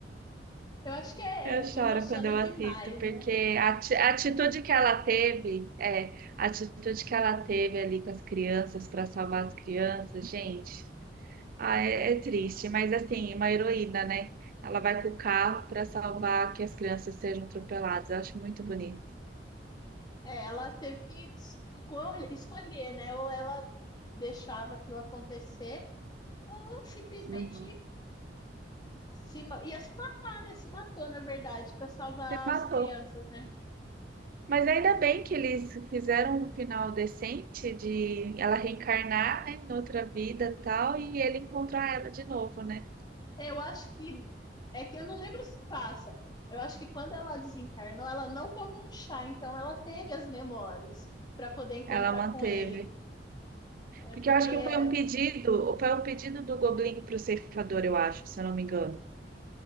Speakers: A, on the left (about 25°); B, on the right (about 50°).
A: Eu acho que é,
B: Eu choro
A: emociona
B: quando eu
A: demais,
B: assisto, porque
A: né?
B: a ati- a atitude que ela teve, é, a atitude que ela teve ali com as crianças para salvar as crianças, gente, ah, é, é triste, mas assim, uma heroína, né? Ela vai com o carro para salvar que as crianças sejam atropeladas. Eu acho muito bonito.
A: É, ela teve que escol- escolher, né? Ou ela deixava aquilo acontecer, ou simplesmente
B: Uhum.
A: se, ma- ia se matar, né? Se matou, na verdade, para salvar
B: Me matou.
A: as crianças, né?
B: Mas ainda bem que eles fizeram um final decente de ela reencarnar, né, em outra vida e tal, e ele encontrar ela de novo, né?
A: É, Eu acho que. É que eu não lembro se passa. Eu acho que quando ela desencarnou, ela não tomou um chá, então ela teve as memórias para poder encontrar
B: Ela manteve.
A: com ele. É,
B: Porque
A: porque
B: eu acho
A: é,
B: que foi um pedido, foi um pedido do Goblin pro ceifador, eu acho, se eu não me engano.